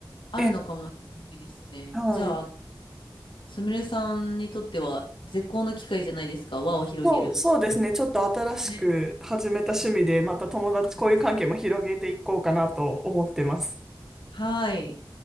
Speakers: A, on the left; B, in the centre.
A: あるのかもしれないですね。
B: ええはい。
A: じゃあ、すみれさんにとっては絶好の機会じゃないですか、輪を広げる。
B: そう、そうですね。ちょっと新しく始めた趣味で、
A: ね。
B: また友達、こういう関係も広げていこうかなと思ってます。
A: はい。